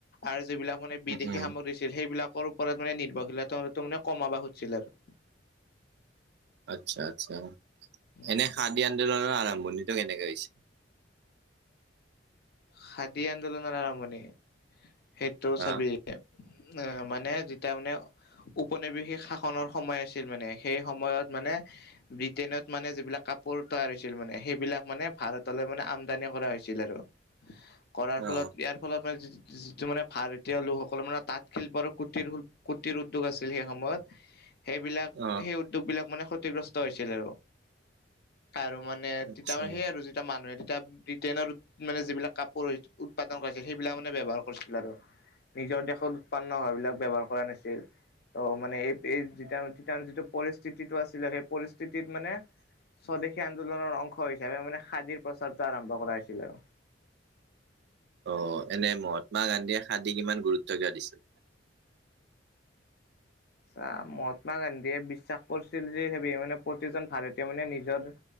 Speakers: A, on the left; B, on the right.
A: আৰু যিবিলাক মানে বিদেশী
B: উম, উম,
A: সামগ্ৰী আছিল সেইবিলাকৰ ওপৰত মানে নিৰ্ভৰশীলতো মানে কমাব খুজছিল আৰু।
B: আচ্ছা-আচ্ছা।
A: উম
B: এনে খাদী আন্দোলনৰ আৰম্ভণিটো কেনেকে হৈছিল?
A: খাদী আন্দোলনৰ আৰম্ভণি? সেইটোও
B: হা
A: চাবি উম, মানে যেতিয়া মানে উপনিবেশিক শাসনৰ সময় আছিল মানে, সেই সময়ত মানে ব্ৰিটেইনত মানে যিবিলাক কাপোৰ তৈয়াৰ হৈছিল মানে সেইবিলাক মানে ভাৰতলৈ মানে আমদানি কৰা হৈছিল আৰু। কৰাৰ ফলত
B: অ',
A: ইয়াৰ ফলত মানে যিটো মানে ভাৰতীয় লোকসকলৰ মানে তাঁত শিল্পৰ কুটিৰ-কুটিৰ উদ্যোগ আছিল সেই সময়ত, সেইবিলাক
B: অ',
A: সেই উ বিলাক মানে ক্ষতিগ্ৰস্ত হৈছিল আৰু। আৰু মানে
B: আচ্ছা।
A: তেতিয়া মানে সেই আৰু এটা মানুহে তেতিয়া ব্ৰিটেইনৰ মানে যিবিলাক কাপোৰ উৎপাদন কৰিছিল সেইবিলাক মানে ব্যৱহাৰ কৰিছিল আৰু। নিজৰ দেশত উৎপন্ন হোৱা বিলাক ব্যৱহাৰ কৰা নাছিল। ত মানে এই জিতিয়া মানে তেতিয়া মানে যিটো পৰিস্থিতিটো আছিল আৰু সেই পৰিস্থিতিটো মানে স্বদেশী আন্দোলনৰ অংশ হিচাপে মানে খাদীৰ প্ৰচাৰটো আৰম্ভ কৰা হৈছিল আৰু।
B: অ', এনে মহাত্মা গান্ধীয়ে খাদিক ইমান গুৰুত্ব কিয় দিছিল?
A: আ, মহাত্মা গান্ধীয়ে বিশ্বাস কৰিছিল যে সেই মানে প্ৰতিজন ভাৰতীয়ই মানে নিজৰ